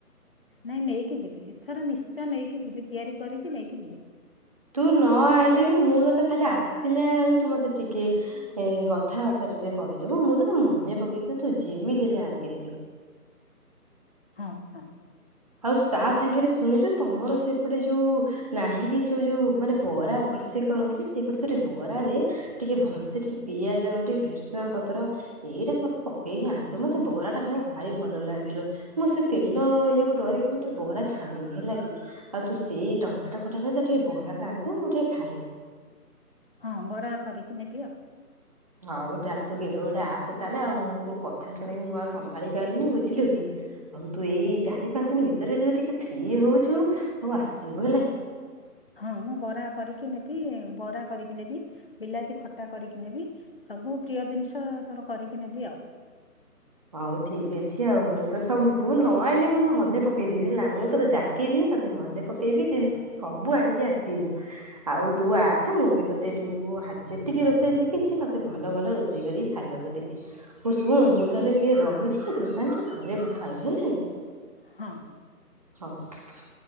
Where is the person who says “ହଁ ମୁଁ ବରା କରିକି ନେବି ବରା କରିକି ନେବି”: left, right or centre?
Left